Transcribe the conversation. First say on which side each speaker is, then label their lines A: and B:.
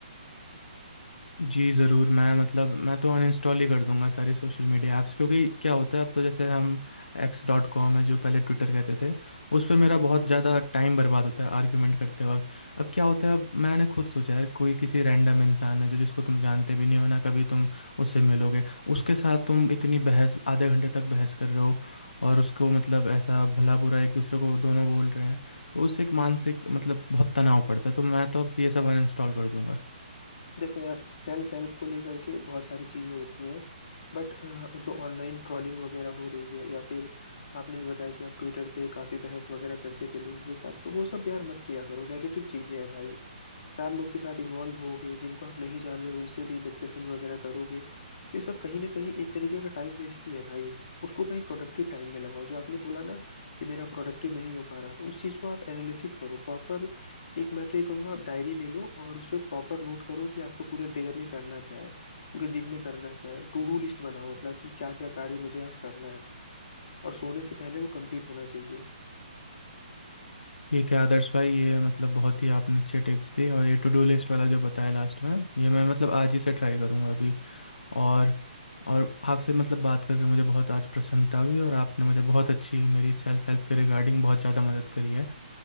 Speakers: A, on the left; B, on the left.
A: जी, ज़रूर। मैं मतलब मैं तो अनइंस्टॉल ही कर दूँगा सारी सोशल मीडिया ऐप्स क्योंकि क्या होता है अब तो जैसे हम एक्स डॉट कॉम है जो पहले ट्विटर कहते थे, उस पे
B: हम्म।
A: मेरा बहुत ज़्यादा टाइम बर्बाद होता है आर्ग्यूमेंट करते वक़्त। अब क्या होता है अब मैंने खुद सोचा है कोई किसी रैंडम इंसान है जो जिसको तुम जानते भी नहीं हो ना कभी तुम उससे मिलोगे, उसके साथ तुम इतनी बहस आधे घंटे तक बहस कर रहे हो और उसको मतलब ऐसा भला-बुरा एक दूसरे को दोनों बोल रहे हैं, तो उससे एक मानसिक मतलब बहुत तनाव पड़ता है। तो मैं तो अब से ये सब अनइंस्टॉल कर दूँगा।
B: देखो यार सेल्फ हेल्प को लेकर के बहुत सारी चीज़ें होती हैं बट जो ऑनलाइन ट्रोलिंग वगैरह हो रही है या फिर आपने जो बताया कि आप ट्विटर पे काफ़ी बहस वगैरह करते थे लोगों के साथ तो वो सब यार मत किया करो नेगेटिव चीज़ें हैं भाई चार लोग के साथ इन्वॉल्व होगे जिनको आप नहीं जान रहे उनसे भी डिस्कशन वगैरह करोगे तो ये सब कहीं ना कहीं एक तरीके का टाइम वेस्ट ही है भाई उसको कहीं प्रोडक्टिव टाइम में लगाओ जो आपने बोला ना कि मेरा प्रोडक्टिव नहीं हो पा रहा तो उस चीज़ को आप एनालिसिस करो प्रॉपर एक मैं तो ये कहूँगा आप डायरी ले लो और उस पर प्रॉपर नोट करो कि आपको पूरे डे में करना क्या है पूरे दिन में करना क्या है टू डू लिस्ट बनाओ अपना कि क्या क्या कार्य मुझे आज करना है और सोने से पहले वो कंप्लीट होना चाहिए
A: ठीक है आदर्श भाई ये मतलब बहुत ही आपने अच्छे टिप्स दी और ये टू डू लिस्ट वाला जो बताया लास्ट में ये मैं मतलब आज ही से ट्राई करूँगा अभी और और आपसे मतलब बात करके मुझे बहुत आज प्रसन्नता हुई और आपने मुझे बहुत अच्छी मेरी सेल्फ हेल्प के रिगार्डिंग बहुत ज़्यादा मदद करी है